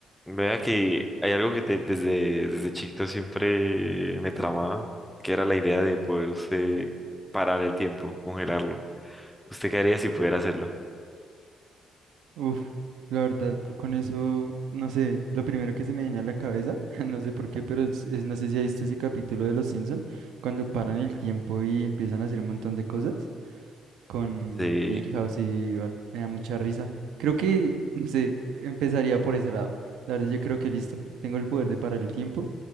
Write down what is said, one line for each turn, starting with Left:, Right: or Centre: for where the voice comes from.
Centre: Vea que hay algo que te- desde, desde chiquito siempre me tramaba, que era la idea de poder usted parar el tiempo, congelarlo. ¿Usted qué haría si pudiera hacerlo?
Right: Uf, la verdad, con eso, no sé, lo primero que se me viene a la cabeza, <laughs> no sé por qué, pero es- es- no sé si has visto ese capítulo de Los Simpson, cuando paran el tiempo y empiezan a hacer un montón de cosas con
Centre: Sí.
Right: Milhouse y Bart, me da mucha risa. Creo que, no sé, empezaría por ese lado. La verdad, yo creo que listo, tengo el poder de parar el tiempo,